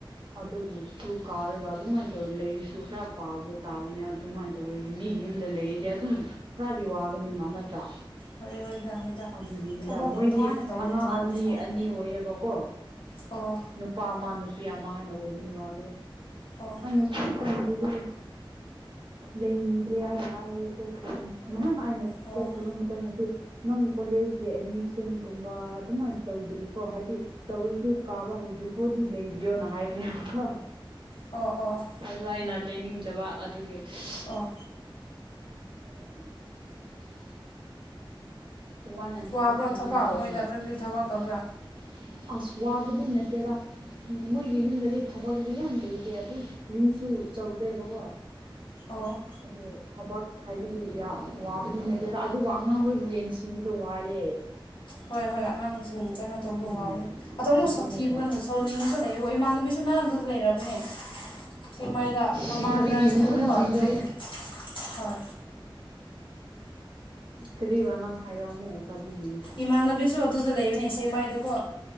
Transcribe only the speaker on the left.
ꯍꯣꯏ ꯍꯣꯏꯗ ꯍꯣꯏꯗ
ꯊꯕꯛꯄꯨ
ꯅꯨꯡꯉꯥꯏꯅ ꯇꯧꯕ
ꯊꯕꯛꯇꯤ
ꯐꯪꯈ꯭ꯔꯦ
ꯑꯣ
ꯑꯣ
ꯑꯣ
ꯑꯣ ꯑꯣ
ꯑꯣ
ꯋꯥꯕ꯭ꯔꯥ
ꯊꯕꯛ
ꯃꯣꯏꯗ ꯀꯔꯤ
ꯀꯔꯤ ꯊꯕꯛ ꯇꯧꯕ꯭ꯔꯥ
ꯑꯣ
ꯍꯣꯏ ꯍꯣꯏ ꯑꯉꯥꯡꯁꯤꯡ ꯀꯩꯅꯣ ꯇꯧꯕꯗꯣ
ꯋꯥꯕꯅꯤ ꯑꯗꯣꯃꯨꯛ
ꯁꯥꯠꯊꯤꯕ ꯀꯥꯟꯗ ꯁꯧꯅꯤꯡꯕꯁꯨ ꯂꯩ <unintelligible> ꯏꯃꯥꯟꯅꯕꯤꯁꯨ ꯅꯪ ꯑꯗꯨ ꯂꯩꯔꯝꯅꯦ ꯁꯦꯛꯃꯥꯏꯗ ꯃꯃꯥ
ꯅꯔꯁꯅꯦꯕꯀꯣ
ꯗ꯭ꯔꯤ ꯍꯣꯏ
ꯏꯃꯥꯟꯅꯕꯤꯁꯨ ꯑꯗꯨꯗ ꯂꯩꯕꯅꯦ ꯁꯦꯛꯃꯥꯏꯗꯀꯣ